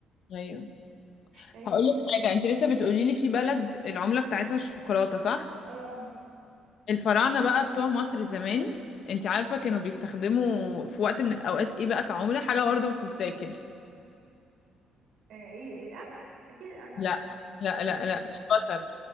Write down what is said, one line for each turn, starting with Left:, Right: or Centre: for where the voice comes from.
Left: ايوه
Right: طيب
Left: هقول لك حاجة انت لسه بتقولي لي في بلد العملة بتاعتها الشوكولاتة صح
Right: اه
Left: الفراعنة بقى بتوع مصر زمان انت عارفة كانوا بيستخدموا في وقت من الاوقات ايه بقى كعملة حاجة برضه بتتاكل
Right: آه، ايه القمح اكيد القمح
Left: لا لا
Right: امال
Left: لا
Right: ايه
Left: لا البصل